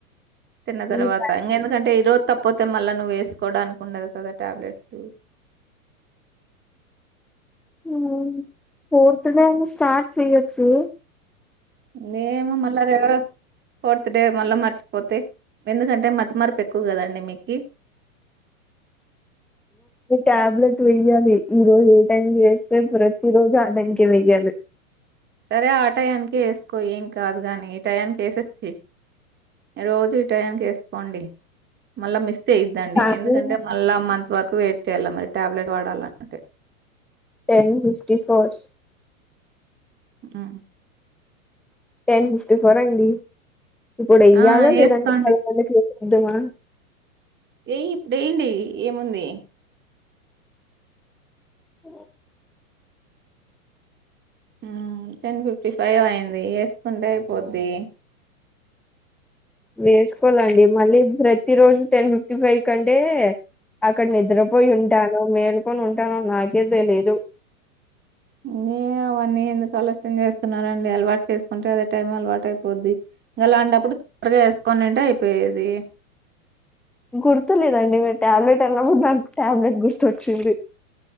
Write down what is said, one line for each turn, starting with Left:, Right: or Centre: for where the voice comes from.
Right: తిన్న తర్వాత
Centre: ఈ టైం
Right: ఇంక ఎందుకంటే ఈ రోజు తప్పతే మళ్ళ నువ్ వేసుకోవడానికి ఉండదు కదా టాబ్లెట్స్
Centre: మ్మ్ ఫోర్తే డే అయినా స్టార్ట్ చేయొచ్చు
Right: నేమ మళ్ళార ఫోర్త్ డే మళ్ళ మరి పోతే ఎందుకంటే మతమార్పు ఎక్కువ కదండి మీకి
Centre: ట్యాబ్లెట్ వెయ్యాలి ఈ రోజు ఏ టైం వేస్తే ప్రతి రోజు ఆ టైకే వెయ్యాలి
Right: సరే ఆ టయానికి వేసుకో ఏం కాదు గాని ఈ టయానికి వేసేస్త రోజు ఈ టయానికి వేసుకోండి మళ్ళా మిస్ చేయద్దండి
Centre: కానీ
Right: ఎందుకంటే మళ్ళా మంత్ వరకు వెయిట్ చేయ్యాల మరి టాబ్లెట్ వాడాలంటే
Centre: టెన్ ఫిఫ్టీ ఫోర్
Right: ఉ
Centre: టెన్ ఫిఫ్టీ ఫోర్ అండి ఇప్పుడు వెయ్యాలా
Right: ఆ!
Centre: లేదండి
Right: ఏసుకోండి.
Centre: పదకొ యెద్దమా
Right: ఏయి ఇప్పుడేయ్యండి ఏముంది
Centre: అ
Right: మ్మ్ టెన్ ఫిఫ్టీ ఫైవ్ అయింది వేసుకుంటే అయిపోద్ది
Centre: వేస్కోవాలండి మళ్ళీ ప్రతి రోజు టెన్ ఫిఫ్టీ ఫైవ్కి అంటే అక్కడ నిద్రపోయి ఉంటానో మేల్కొని ఉంటానో నాకే తెలిదు.
Right: నే అవన్నీ ఎందుకు ఆలోచన చేస్తున్నరండి అలవాటు చేసుకుంటే అదే టైం అలవాటు అయిపోద్ది. లాంటప్పుడు తొందరగా వేసుకొనింటే అయిపోయేది.
Centre: గుర్తులేదండి మీరు టాబ్లెట్ అన్నప్పుడు నాకు టాబ్లెట్ గుర్తోచ్చింది.